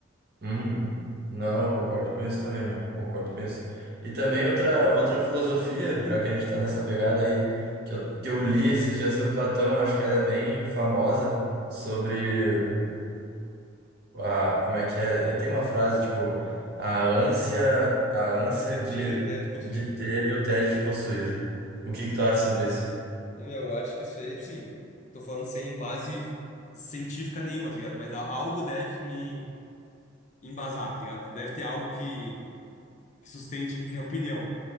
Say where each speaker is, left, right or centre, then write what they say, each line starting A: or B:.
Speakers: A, on the right; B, on the left.
A: Uhum. Não, eu concordo com isso também, meu. Concordo com isso. E também outra, outra filosofia, já que a gente está nessa pegada aí, que eu, que eu li esses dias sobre Platão, acho que ela é bem famosa, sobre ah, a, como é que é? Eh, Tem uma frase, tipo, a ânsia, a ânsia
B: De
A: de,
B: ter e até de possuir.
A: de ter e o tédio de possuir. O que que tu acha sobre isso?
B: Ô, meu, eu acho que isso aí, tipo assim, tô falando sem base científica nenhuma, tá ligado? Mas a- algo deve me embasar, tá ligado? Deve ter algo que, que sustente minha <laughs> opinião.